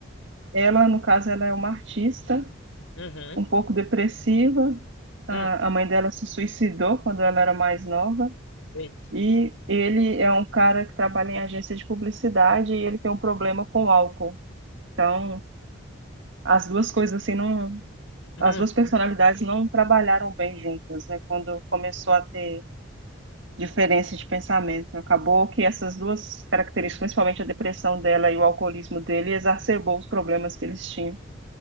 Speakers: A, on the right (about 65°); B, on the left (about 85°).
A: ela, no caso, ela é uma artista,
B: Uhum.
A: um pouco depressiva, a
B: Hum.
A: a mãe dela se suicidou quando ela era mais nova,
B: Eita.
A: e ele é um cara que trabalha em agência de publicidade e ele tem um problema com álcool. Então, as duas coisas assim não,
B: Uhum.
A: as duas personalidades não trabalharam bem juntas, né? Quando começou a ter diferença de pensamento. Acabou que essas duas características, principalmente a depressão dela e o alcoolismo dele, exacerbou os problemas que eles tinham.